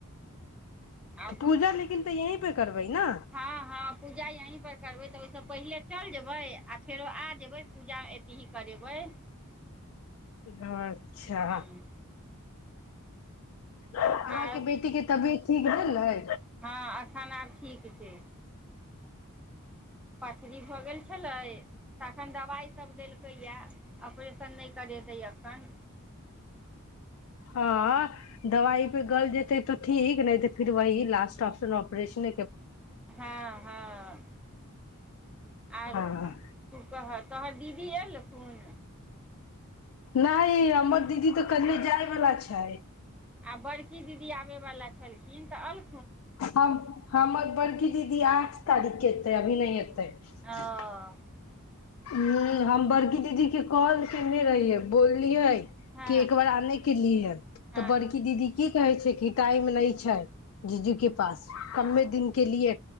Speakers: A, in the centre; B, on the left (about 65°).
A: आ
B: पूजा लेकिन त यही <unintelligible> बै ना
A: हँ हँ पूजा यही पर करबै तऽ ओहिसँ पहिले चलि जेबै आ फेरो आ जेबै पूजा एतही करेबै
B: अच्छा
A: हूँ
B: अहाँके
A: आर
B: बेटी के तबियत ठीक भेलै
A: हँ एखन आब ठीक छै पथरी भऽ गेल छलै तखन दबाइ सब देल देलकै या ऑपरेशन नहि करेतै अखन
B: हँ दवाइ पे गल जेतै तऽ ठीक नहि तऽ फिर वही लास्ट ऑप्शन ऑपरेशन
A: हँ हँ आर
B: हँ
A: कु कहत तोहर दीदी एल खुन
B: नइ हमर दीदी तऽ कल्ले जाय वला छैथ
A: आ बड़की दीदी आबय वला छलखिन तऽ अल
B: हम हमर बड़की दीदी आठ तारीखके एतै अभी नइ एतै तै
A: ओ
B: ऽ हूँ हम बड़की दीदी के कॉल केने रहियै बोललियै
A: हँ
B: कि एक बार आने के लिए
A: हँ
B: तऽ बड़की दीदी की कहे छै कि टाइम नइ छै जीजू के पास कमे दिन के लिए